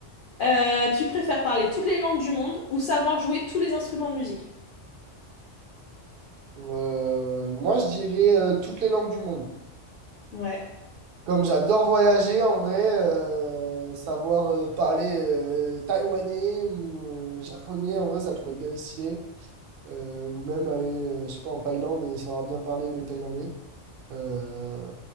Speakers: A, on the left; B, on the right.
A: Euh, tu préfères parler toutes les langues du monde ou savoir jouer tous les instruments de musique?
B: Euh, moi, je dirais euh, toutes les langues du monde.
A: Ouais.
B: Comme j'adore voyager en vrai, euh, savoir euh, parler euh, taïwanais ou euh, japonais, en vrai, ça pourrait être gavé stylé. Euh, ou même aller, euh, je sais pas, en Thaïlande et savoir bien parler le thaïlandais. Euh,